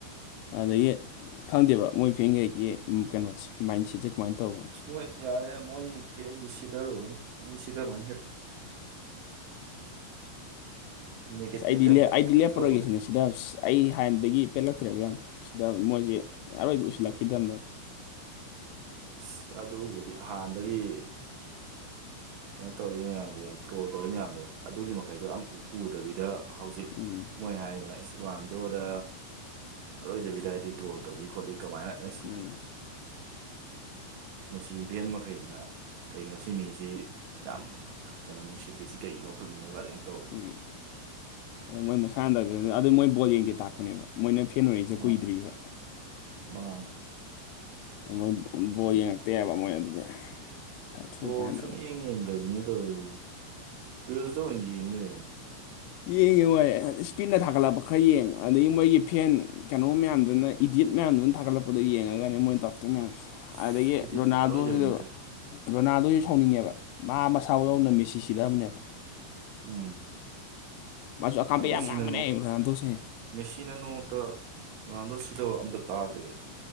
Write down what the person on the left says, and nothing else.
ꯑꯗꯒꯤ ꯈꯪꯗꯦꯕ ꯃꯣꯏ ꯐꯦꯡꯒꯩꯒꯤ ꯀꯩꯅꯣꯁꯦ ꯃꯥꯏꯟ ꯁꯦꯠꯁꯦ ꯀꯃꯥꯏꯅ ꯇꯧꯕꯅꯣ
ꯑꯁ ꯑꯩꯗꯤ
ꯂ ꯑꯩꯗꯤ
ꯂꯦꯞꯄꯔꯣꯏꯒꯦꯁꯤꯅꯦ
ꯁꯤ ꯁꯤꯗ ꯑꯩ ꯍꯥꯟꯅꯗꯒꯤ ꯄꯦꯜꯂꯛꯇ꯭ꯔꯦꯕ ꯌꯥꯝ ꯁꯤꯗ ꯃꯣꯏꯁꯦ ꯑꯔꯣꯏꯕ ꯎꯁꯤꯜꯂꯛꯈꯤꯗꯕꯅꯦꯕ
ꯎꯝ
ꯎꯝ
ꯎꯝ ꯑ ꯃꯣꯏ ꯃꯁꯥꯅꯗ ꯑꯗꯨ ꯃꯣꯏ ꯕꯣꯜ ꯌꯦꯡꯁꯦ ꯇꯥꯛꯄꯅꯦꯕ ꯃꯣꯏꯅ ꯐꯦꯟ ꯑꯣꯏꯔꯤꯁꯦ
ꯀꯨꯏꯗ꯭ꯔꯤꯕ
ꯃꯣꯏ ꯕꯣꯜ ꯌꯦꯡꯉꯛꯇꯦꯕ ꯃꯣꯏ ꯑꯗꯨꯗꯤ ꯁꯥꯊꯨ
ꯀꯥꯟꯅꯕ
ꯌꯦꯡꯉꯦ ꯍꯣꯏ ꯏꯁꯄꯤꯠꯅ ꯊꯥꯒꯠꯂꯛꯄ ꯈꯔ ꯌꯦꯡꯉ ꯑꯗꯒꯤ ꯃꯣꯏꯒꯤ ꯐꯦꯟ ꯀꯩꯅꯣ ꯃꯌꯥꯝꯗꯨꯅ ꯏꯗꯤꯠ ꯃꯌꯥꯝꯗꯨꯅ ꯊꯥꯒꯠꯂꯛꯄꯗ ꯌꯦꯡꯉꯒꯅꯦ ꯃꯣꯏꯅ ꯇꯧꯔꯛꯇꯣꯏ ꯃꯌꯥꯝꯁꯦ
ꯑꯗꯒꯤ
ꯔꯣꯅꯥꯜꯗꯣꯁꯤꯁꯨ
ꯔꯣꯅꯥꯜꯗꯣꯁꯨ ꯁꯥꯎꯅꯤꯡꯉꯦꯕ ꯃꯥ ꯃꯁꯥꯎꯗꯧꯅ ꯃꯦꯁꯤ ꯁꯤꯗꯕꯅꯦꯕ
ꯃꯥꯁꯨ ꯑꯀꯥꯝꯄꯩ
ꯌꯥꯝ ꯉꯥꯡꯕꯅꯦ ꯔꯣꯅꯥꯜꯗꯣꯁꯦ